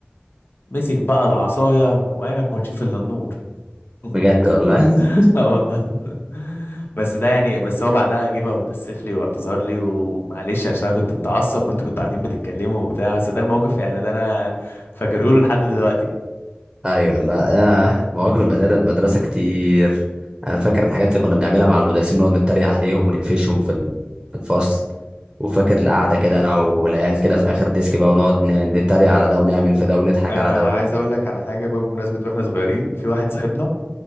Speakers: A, on the left; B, on the right.
A: مسك بقى العصايه وعينك ما تشوف الا النور <laughs>
B: بجد والله <laughs>
A: اه والله <laughs> بس ده يعني بس هو بعدها جه وتأسف لي واعتذر لي ومعلش عشان انا كنت متعصب وانتوا كنتوا قاعدين بتتكلموا وبتاع بس ده الموقف يعني ده انا فاكره له لحد دلوقتي
B: ايوه لا آه مواقف المدار- المدرسه كتير انا
A: <laughs>
B: فاكر الحاجات اللي كنا بنعملها مع المدرسين نقعد نتريق عليهم ونقفشهم في ال- في الفصل وفاكر القعده كده انا والعيال كده في اخر ديسك بقى ونقعد ن- نتريق على ده ونعمل في ده ونضحك
A: انا
B: على ده
A: عايز اقول لك على حاجه بقى بمناسبه واحنا صغيرين في واحد صاحبنا